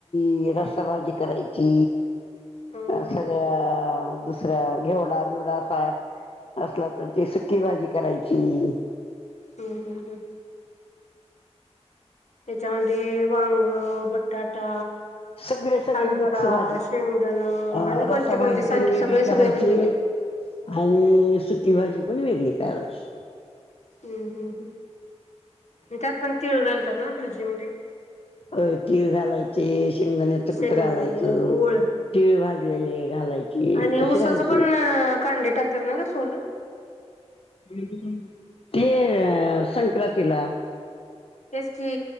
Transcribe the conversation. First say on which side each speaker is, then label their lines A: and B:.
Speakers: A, on the left; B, on the left.
A: ती रसाभाजी करायची.
B: हम्म
A: अ सगळ्या दुसऱ्या घेवडा, बिवडा असा असला तर ती सुक्की भाजी करायची.
B: हम्म, हम्म, हम्. त्याच्यामध्ये वांग, बटाटा
A: सगळे सगळे
B: हरभरा,
A: मिक्स भाजी
B: शेंगदाण
A: अ
B: आणि कोणते-कोणते
A: रसाभाजी
B: सां
A: पण
B: गं
A: वेगळी
B: सगळे सगळे
A: करायची
B: म्हणजे किती?
A: आणि सुकी भाजी पण वेगळी करायची.
B: हम्म, हम्म, हम् त्यात पण तीळ घालतात ना भाजी मध्ये.
A: होय तीळ घालायचे शेंगदाण्याच
B: शेंगदाणे,
A: कुठ घालायचं.
B: गूळ
A: तिळ भाजलेले घालायचे
B: आणि ऊसाचं
A: तशी घालायचे
B: पण
A: नाहीत.
B: कांडे टाकतात ना ग सोलून?
A: <inaudible> ते संक्रांतीला.
B: तेच की